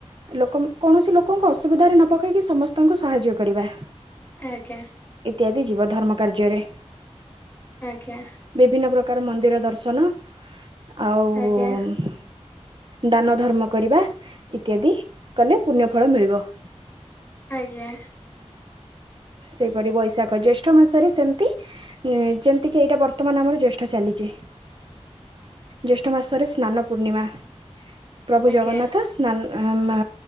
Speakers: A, on the right; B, on the left.
A: ଲୋକମ୍ କୌଣସି ଲୋକଙ୍କୁ ଅସୁବିଧାରେ ନ ପକେଇକି ସମସ୍ତଙ୍କୁ ସହାଯ୍ୟ କରିବା।
B: ଆଜ୍ଞା।
A: ଇତ୍ୟାଦି ଯିବ ଧର୍ମ କାର୍ଯ୍ୟରେ।
B: ଆଜ୍ଞା।
A: ବିଭିନ୍ନ ପ୍ରକାର ମନ୍ଦିର ଦର୍ଶନ ଆଉ
B: ଆଜ୍ଞା
A: ଦାନ ଧର୍ମ କରିବା ଇତ୍ୟାଦି କଲେ ପୁନ୍ୟ ଫଳ ମିଳିବ।
B: ଆଜ୍ଞା।
A: ସେଇପରି ବୈଶାଖ, ଜ୍ୟେଷ୍ଠ ମାସରେ ସେମତି ଏ ଯେମତି କିି ଏଇଟା ବର୍ତ୍ତମାନ ଆମର ଜ୍ୟେଷ୍ଠ ଚାଲିଚି। ଜ୍ୟେଷ୍ଠ ମାସରେ ସ୍ନାନ ପୂର୍ଣ୍ଣିମା, ପ୍ରଭୁ
B: ଆଜ୍ଞା
A: ଜଗନ୍ନାଥ ସ୍ ସାନ୍ ଆ ମା